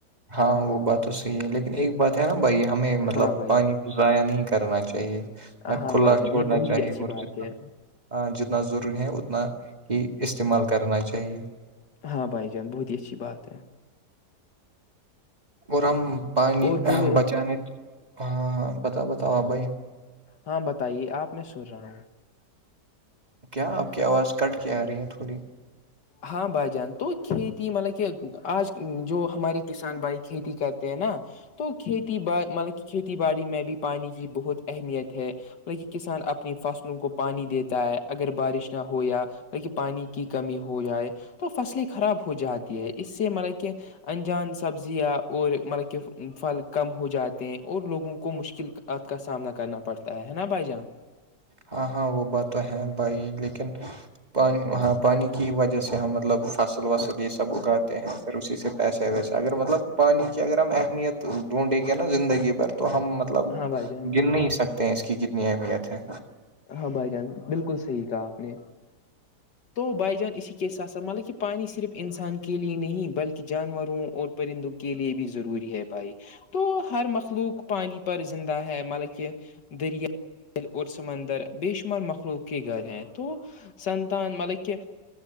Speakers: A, on the right (about 25°); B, on the left (about 75°).
A: ہاں وہ بات تو صحیح ہے لیکن ایک بات ہے نا بھائی ہمیں مطلب
B: ہاں بھائی
A: پانی ضائع نہیں کرنا چاہیے
B: ہاں
A: نہ کلا
B: بھائی جان
A: چھوڑنا
B: یہ بہت
A: چاہیے
B: ہی اچھی
A: اور
B: بات
A: جنا
B: ہے
A: ہ جتنا ضروری ہے اتنا ہی استعمال کرنا چاہیے
B: ہاں بھائی جان بہت ہی اچھی بات ہے
A: اور ہم پانی
B: اور بولو
A: بچانے ہاں ہاں بتاؤ بتاؤ آ بھائی
B: ہاں بتائیے آپ میں سن رہا ہوں
A: کیا آپ کی آواز کٹ کے آ رہی ہے تھوڑی
B: ہاں بھائی جان تو کھیتی مطلب کہ آج جو ہمارے کسان بھائی کھیتی کرتے ہیں نا تو کھیتی با مطلب کہ کھیتی باڑی میں بھی پانی کی بہت اہمیت ہے لک کسان اپنی فصلوں کو پانی دیتا ہے اگر بارش نہ ہو یا ل پانی کی کمی ہو جائے تو فصلیں خراب ہو جاتی ہے اس سے مطل کہ انجان سبزیاں اور مطلب کہ پھل کم ہو جاتے ہیں اور لوگوں کو مشکل عت کا سامنا کرنا پڑتا ہے نا بھائی جان
A: ہاں ہاں وہ بات تو ہے بھائی لیکن پانی ہاں پانی کی وجہ سے ہم مطلب فصل وصل یہ سب اگاتے ہیں پھر اسی سے پیسہ ویسہ اگر مطلب پانی کی اگر ہم اہمیت تو ڈھونڈے گا نا زندگی پر تو ہم مطلب
B: ہاں بھائی جان
A: گن نہیں سکتے ہیں اس کی کتنی اہمیت ہے
B: ہاں بائی چانس بالکل صحیح کہا آپ نے تو بائی جان اسی کےس ساتھ س مطب کہ پانی صرف انسان کے لیے نہیں بلکہ جانوروں اور پرندوں کے لیے بھی ضروری ہے بھائی تو ہر مخلوق پانی پر زندہ ہے مطلب کہ دریا اور سمندر بے شمار مخلوق کے گھر ہیں تو سنتان مطلب کہ